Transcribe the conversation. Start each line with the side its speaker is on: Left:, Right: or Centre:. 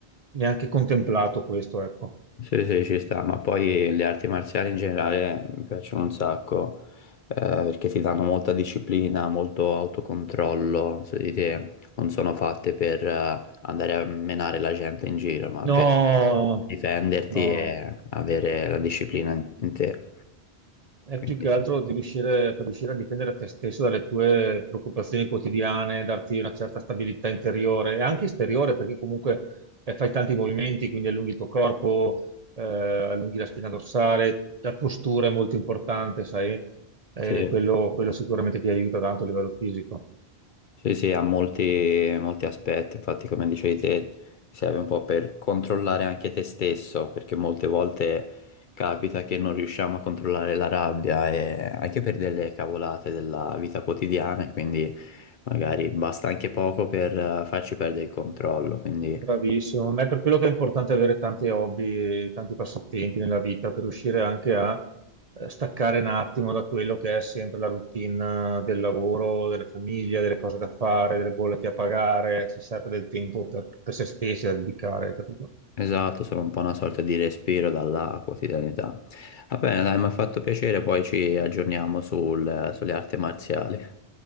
Right: neanche contemplato questo, ecco.
Left: Sì, sì, ci sta, ma poi le arti marziali in generale mi piacciono un sacco, eh, perché ti danno molta disciplina, molto autocontrollo su di te, non sono fatte per eh, andare a menare la gente in giro, ma
Right: No,
Left: per difenderti
Right: no.
Left: e avere la disciplina in, in te.
Right: È
Left: Quindi,
Right: più che altro di riuscire, per riuscire a difendere te stesso dalle tue preoccupazioni quotidiane, darti una certa stabilità interiore e anche esteriore, perché comunque eh, fai tanti movimenti, quindi allunghi il tuo corpo, eh, allunghi la spina dorsale, la postura è molto importante, sai, Eh,
Left: sì.
Right: quello quello sicuramente ti aiuta tanto a livello fisico.
Left: Sì, sì, ha molti, molti aspetti, infatti come dicevi te, ti serve un po' per controllare anche te stesso, perché molte volte capita che non riusciamo a controllare la rabbia e anche per delle cavolate della vita quotidiana, e quindi magari basta anche poco per eh, farci perdere il controllo, quindi
Right: Bravissimo, ma è per quello che è importante avere tanti hobby e tanti passatempi nella vita per riuscire anche a eh, staccare un attimo da quello che è sempre la routine del lavoro, della famiglia, delle cose da fare, delle bollette a pagare, si serve del tempo per, per se stessi da dedicare, capito?
Left: esatto, sono un po' una sorta di respiro dalla quotidianità. Va bene, dai, mi ha fatto piacere, poi ci aggiorniamo sul- sulle arti marziali.